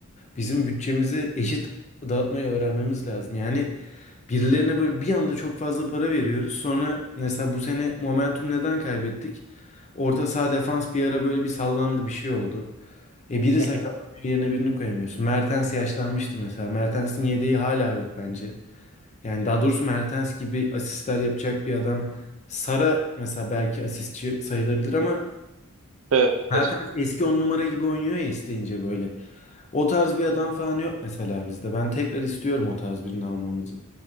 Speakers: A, on the left; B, on the right.
A: Bizim bütçemizi eşit dağıtmayı öğrenmemiz lazım. Yani birilerine böyle bir anda çok fazla para veriyoruz. Sonra mesela bu sene momentum neden kaybettik? Orta saha defans bir ara böyle bir sallandı bir şey oldu. E biri
B: Hı
A: sakatlanıyor
B: hı.
A: yerine birini koyamıyorsun. Mertens yaşlanmıştı mesela. Mertens'in yedeği hala yok bence. Yani daha doğrusu Mertens gibi asistler yapacak bir adam. Sara mesela belki asistçi sayılabilir ama
B: Evet.
A: Mertens eski on numara gibi oynuyor ya isteyince böyle. O tarz bir adam falan yok mesela bizde. Ben tekrar istiyorum o tarz birini almamızı.